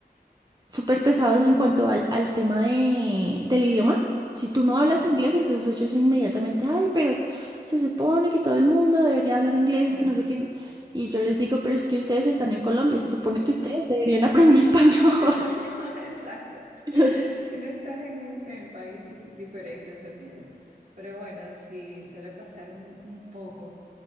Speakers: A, on the right; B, on the right.
A: Súper pesados en cuanto al, al tema de, del idioma. Si tú no hablas
B: Ya.
A: inglés, entonces ellos inmediatamente, ay, pero se supone que todo el mundo
B: Sí.
A: debería hablar inglés, que no sé qué. Y yo les digo, pero es que ustedes están en Colombia, se supone que ustedes deberían aprender <laughs> español.
B: Español, <laughs> exacto.
A: <laughs>
B: Si no estás en un en el país di- diferente, son ellos. Pero bueno, sí, suele pasar un, un poco.